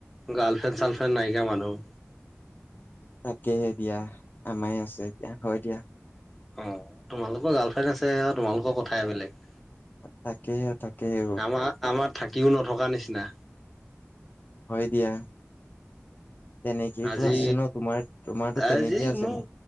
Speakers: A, in the centre; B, on the left.
A: গাৰ্লফ্ৰেণ্ড চাৰ্লফ্ৰেণ্ড নাইকিয়া মানুহ।
B: তাকেহে দিয়া, আমায় আছে এতিয়া হয় দিয়া।
A: অ', তোমালোকৰ গাৰ্লফ্ৰেণ্ড আছে আও তোমালোকৰ কথাইে বেলেগ।
B: তাকে, তাকেও।
A: আমাৰ আমাৰ থাকিও নথকাৰ নিচিনা।
B: হয় দিয়া। তেনেকেইতো
A: আজি,
B: আছে ন তোমাৰ তোমাৰতো তেনেকেই
A: আজি
B: আছে
A: মোৰ